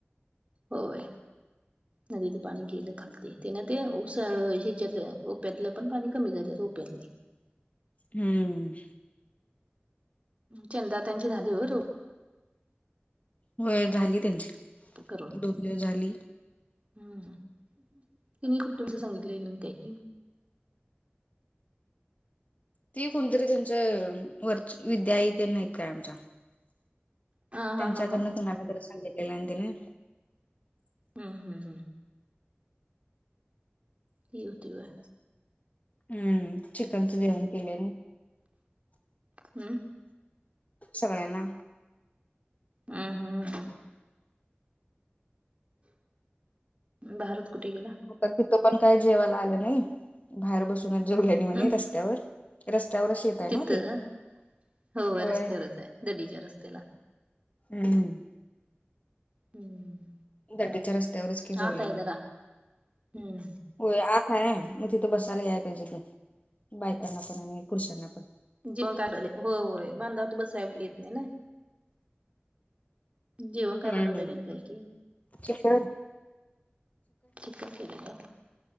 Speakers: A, on the right; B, on the left.
A: होय, नदीच पाणी गेलं खालते तेन ते उस त, ओप्यातलं पण पाणी कमी झालं ओप्यातलं.
B: हम्म.
A: चंदा त्यांची झाली बर
B: होय झाली त्यांची,
A: करून
B: दोन दिवस झाली.
A: हम्म, तिने कुटुंबच सांगितलेलं काय की.
B: ती कोणतरी तुमचं, वरच विद्या आई तन नाहीत काय आमच्या
A: हा
B: त्यांच्याकडनं
A: हा हा हा
B: कुणाला तरी सांगितलेलं आहे तिनं
A: हम्म हम्म हम्म. हि होती वय
B: हम्म, चिकनच जेवण केलय मी
A: हम्म.
B: सगळ्यांना.
A: हं हम्म. भारत कुटे गेला?
B: आता तिथं पण काही जेवायला आलं नाही, बाहेर बसूनच जेवले ना म्हणे
A: हम्म
B: रस्त्यावर. रस्त्यावरच शेतय नवं
A: तिथं
B: ते,
A: होय
B: वय
A: रस्त्यावरच आहे दडीच्या रस्त्याला
B: हम्मम.
A: हम्म.
B: दडीच्या रस्त्यावरच की जेवली
A: आत आहे
B: म्हणू
A: जरा हम्म
B: होय आत हाय, मग तिथं बसायला याय पायजे की, बायकांना पण आणि पुरुषांना पण.
A: जीवन काय झाले, होय होय बांधावती बसाय येत नाही ना. जेवण काय
B: हम्म
A: बनवलेले अन काय कि,
B: चिकन
A: चिकन केलेय का